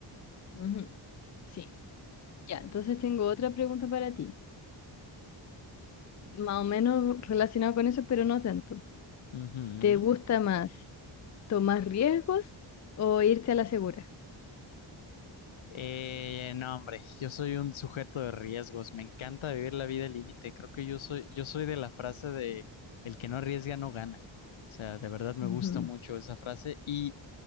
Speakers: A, on the left (about 35°); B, on the left (about 75°).
A: Ujú, Sí. Ya, entonces tengo otra pregunta para ti, más o menos relacionado con eso, pero no tanto.
B: Ujú.
A: ¿Te gusta más? ¿Tomar riesgos o irte a la segura?
B: Eh, no, hombre, yo soy un sujeto de riesgos. Me encanta vivir la vida al límite. Creo que yo soy, yo soy de la frase de el que no arriesga no gana. O sea, de verdad me
A: Ujú,
B: gusta mucho esa frase y